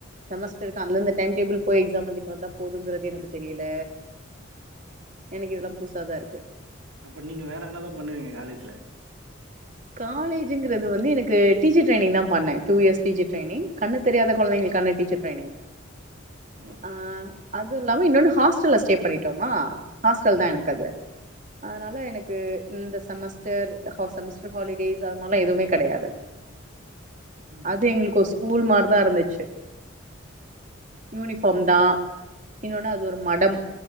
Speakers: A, on the right; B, on the right.
A: செமஸ்டருக்கு அந்தந்த டைன்டேபுல் போய் எக்ஸாம் ஏழுதிட்டு வந்த போதுகிற எனக்கு தெரியல எனக்கு இதெல்லா புசாதா இருக்கு
B: அப்ப நீங்க வேற என்னதா பண்ணுவிங்க காலேஜ்
A: காலேஜ் ஜிங்கிறது வந்து எனக்கு டீச்சர் ட்ரைங் தா பண்ணே டூ இயர்ஸ் டீச்சர் ட்ரைங் கண்ணு தெரியாத கொழந்தைகளுக்குகாண டீச்சர் ட்ரைனிங்
B: ம்.
A: ஆ அதுவு இல்லாம இன்னொன்னு ஹாஸ்டல்ல ஸ்டே பண்ணிட்டோமா ஹாஸ்டல்தா
B: ம்.
A: எனக்கு அது அனால எனக்கு இந்த சமஸ் ஸ்டர் செமஸ்டர் ஹாலிடேஸ் அது மாரிலா எதுவுமே கெடையாது
B: ம்.
A: அது எங்களுக்குகோஸ் ஸூல் மாரிதா இருந்திச்சி யூனிஃபாம்தா இன்னொன்னு அது ஒரு மடம்